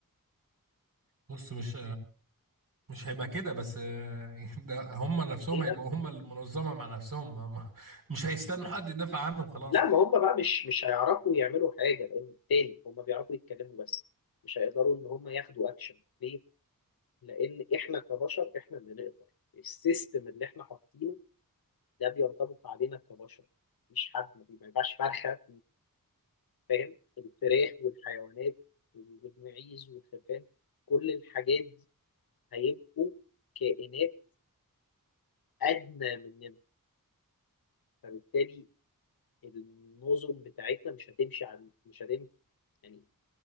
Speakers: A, on the right; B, on the left.
A: بص مش مش هيبقى كده بس آه، ده هم نفسهم
B: ايه
A: هيبقوا
B: ده
A: هم المنظمة مع نفسهم هم مش هيستنوا حد يدافع عنهم خلاص
B: لا ما هم بقى مش مش هيعرفوا يعملوا حاجه لان تاني هم بيعرفوا يتكلموا بس مش هيقدروا ان هم ياخدوا اكشن ليه؟ لان احنا كبشر احنا اللي نقدر السيستم اللي احنا حاطينه ده بينطبق علينا كبشر مفيش حد ما بيبقاش فرخه فاهم الفراخ والحيوانات والمعيز والخرفان كل الحاجات دي هيبقوا كائنات أدنى مننا فبالتالي النظم بتاعتنا مش هتمشي على مش هتمشي يعني